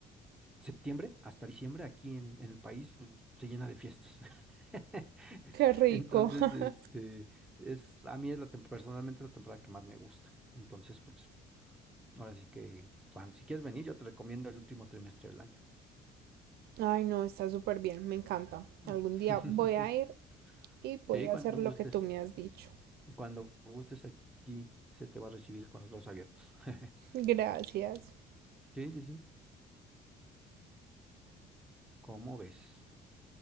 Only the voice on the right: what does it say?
Qué rico.
<laughs>
Ay, no, está súper bien, me encanta.
Algún día voy a ir
y voy
a
hacer lo
que tú me has dicho.
Gracias.